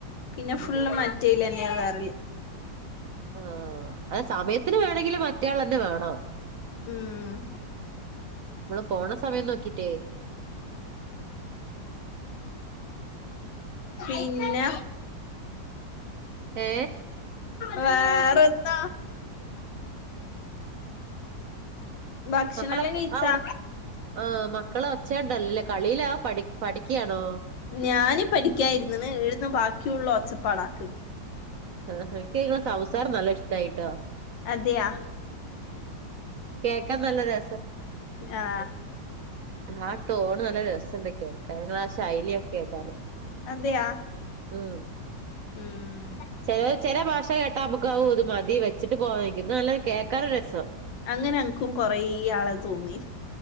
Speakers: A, on the left (about 85°); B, on the right (about 65°).
A: പിന്നെ ഫുള്ള്
B: ഉം
A: മറ്റേൽ തന്നെയാ കേറൽ
B: ആ അ സമയത്തിന് വേണെങ്കിലും മറ്റയാൾ തന്നെ വേണം
A: ഉം
B: നമ്മളു പോണ സമയം നോക്കീട്ടേ
A: പിന്നാ
B: ഏ
A: വേറെന്താ ഭക്ഷണെല്ലാം
B: മക്കളൊക്കെ
A: കഴിച്ചാ
B: അവിടെ ആ മക്കളോ ച്ചയെണ്ടല്ലല്ലേ കളിയിലാ പഠി പഠിക്കയാണോ
A: ഞാനും പഠിക്കായായിരുന്നണെ എഴുന്ന ബാക്കിയുള്ള
B: ഉം.
A: ഒച്ചപ്പാടാക്കും
B: ആ എനിക്ക് നിങ്ങളെ സംസാരം നല്ല ഇഷ്ടായിട്ടോ
A: അതെയാ
B: കേക്കാൻ നല്ല രസ
A: ആ
B: ആ ടോണ് നല്ല രസയുണ്ട് കേക്കാനെ നിങ്ങടെ ശൈലിയൊക്കെ കേക്കാനേ
A: അതെയാ
B: ഉം
A: ഉം
B: ചെല ചെല ഭാഷ കേട്ടാ നമ്മക്ക് ഒരു മതി വെച്ചിട്ട് പോകാൻ നല്ല കേക്കാനൊരു രസം
A: അങ്ങനങ്ങക്കും കൊറേ ആളെ തോന്നി